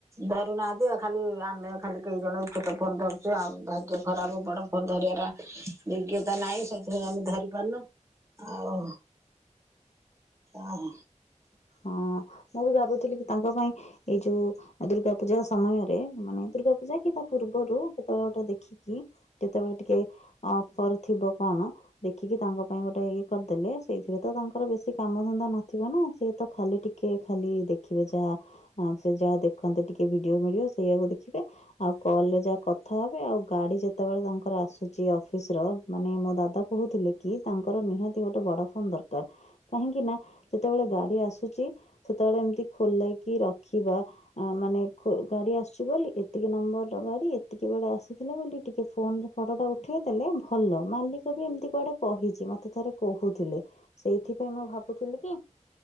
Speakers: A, on the right; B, on the left.
A: ଧରୁନାହାନ୍ତି ଖାଲି ଆମେ ଖାଲି କେଇ ଜଣ ଛୋଟ ଫୋନ ଧରୁଛୁ ଆ ଭାଗ୍ୟ ଖରାପ ବଡ ଫୋନ ଧରିବାର ଯୋଗ୍ୟତା ନାହିଁ ସେଥିପାଇଁ ଆମେ ଧରି ପାରୁନୁ। ଆଉ ଓହୋ
B: ହଁ ମୁଁ ବି ଭାବୁଥିଲି କି ତାଙ୍କ ପାଇଁ ଏଇ ଯୋଉ ଦୁର୍ଗା ପୂଜା ସମୟରେ ମାନେ ଦୁର୍ଗା ପୂଜା କି ତା ପୂର୍ବରୁ କେତେବେଳେ ଗୋଟେ ଦେଖିକି କେତେବେଳେ ଟିକେ ଅଫର ଥିବ କଣ? ଦେଖିକି ତାଙ୍କ ପାଇଁ ଗୋଟେ ଇଏ କରିଦେଲେ ସେଇଥିରେ ତ ତାଙ୍କର ବେଶି କାମ ଧନ୍ଦା ନଥିବ ନା ସେ ତ ଖାଲି ଟିକେ ଖାଲି ଦେଖିବେ ଯାହା ସେ ଯାହା ଦେଖନ୍ତି ଟିକେ ଭିଡିଓ ଭଡିଓ ସେଇଆାକୁ ଦେ ଖିବେ, ଆଉ କଲରେ ଯାହା କଥା ହେବେ ଆଉ ଗାଡି ଯେତେବେଳେ ତାଙ୍କର ଆସୁଛି ଅଫିସ ର ମାନେ ମୋ ଦାଦା କହୁଥିଲେ କି ତାଙ୍କର ନିହାତି ଗୋଟେ ବଡ ଫୋନ ଦରକାର କାହିଁକି ନା ଯେତେବେଳେ ଗାଡି ଆସୁଛି। ସେତେବେଳେ ଏମିତି ଖୋଲେଇକି ରଖିବା। ଆ ମାନେ ଖୁ ଗାଡି ଆସିୁଛି ବୋଲି ଏତିକି ନମ୍ବର ର ଗାଡି ଏତିକି ବେଳେ ଆସିଥିଲା ବୋଲି। ଟିକେ ଫୋନ ରେ ଫଟୋଟା ଉଠେଇ। ଦେଲେ ଭଲ ମାଲିକ ବି ଏମିତି କୁଆଡେ କହିଛି ମତେ ଥରେ କହୁଥିଲେ। ସେଇଥିପାଇଁ ମୁଁ ଭାବୁଥିଲି କି।